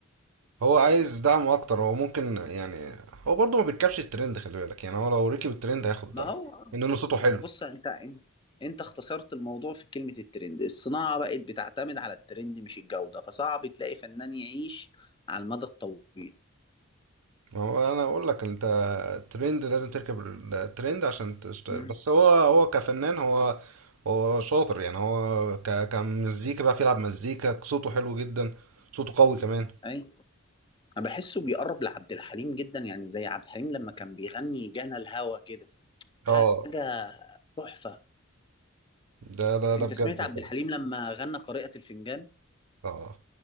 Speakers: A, on the right; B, on the left.
A: هو عايز دعم اكتر هو ممكن يعني هو برضه ما بيركبش الترند خلي بالك يعني هو لو ركب الترند هياخد
B: ما
A: دعم
B: هو آه.
A: انه صوته حلو
B: بص انت انت انت اختصرت الموضوع في كلمة الترند الصناعة بقت بتعتمد على الترند مش الجودة فصعب تلاقي فنان يعيش على المدى الطويل
A: ما هو انا بقول لك انت الترند لازم تركب الترند عشان تشتغل
B: مم.
A: بس هو هو كفنان هو هو شاطر يعني هو ك كمزيكا بقى بيلعب مزيكا صوته حلو جدا صوته قوي كمان
B: اي انا بحسه بيقرب لعبد الحليم جدا يعني زي عبد الحليم لما كان بيغني جانا الهوى كده حاجة
A: اه
B: تحفة
A: ده ده
B: انت
A: ده بجد
B: سمعت عبد
A: فعلا.
B: الحليم لما غنى قارئة الفنجان
A: اه